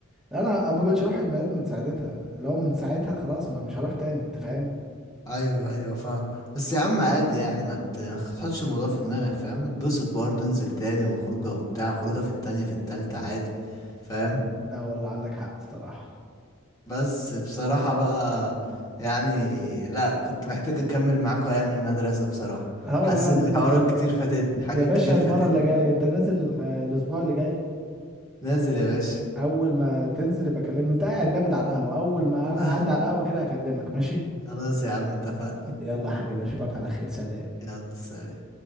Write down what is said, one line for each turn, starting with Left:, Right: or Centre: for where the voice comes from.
Centre: انا ما بقتش اروح عيد ميلاد من ساعتها لو من ساعتها خلاص ما مش هروح تاني انت فاهم
Left: ايوه ايوه فاهم بس يا عم عادي يعني ما ت- ما تحطش الموضوع في دماغك فاهم اتبسط برضه انزل تاني وخروجه وبتاع خروجه في التانية في التالتة عادي فاهم
Centre: لا والله عندك حق الصراحه
Left: بس بصراحة بقى يعني لا كنت محتاج أكمل معاكوا أيام المدرسة بصراحة
Centre: اه والله
Left: حاسس إن
Centre: انا اقول
Left: حوارات
Centre: لك ايه بقى
Left: كتير فاتتني حاجات
Centre: يا باشا
Left: كتير
Centre: المره
Left: فاتتني
Centre: اللي جايه انت نازل آه، الاسبوع اللي جاي
Left: نازل يا باشا
Centre: اول ما تنزل يبقى كلمني انت قاعد لابد على القهوه اول ما انا
Left: <laughs>
Centre: هعدي على القهوه كده هكلمك ماشي
Left: خلاص يا عم اتفقنا
Centre: يلا يا حبيبي اشوفك على خير سلام
Left: يلا سلام